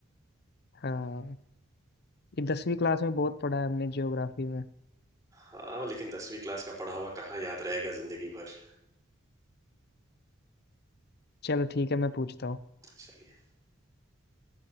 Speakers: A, on the left; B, on the right.
A: हाँ ये दसवीं क्लास में बहुत पढ़ा है हमने ज्योग्राफी में
B: हाँ लेकिन दसवीं क्लास का पढ़ा हुआ कहाँ याद रहेगा जिंदगी भर
A: चलो ठीक है मैं पूछता हूँ
B: चलिए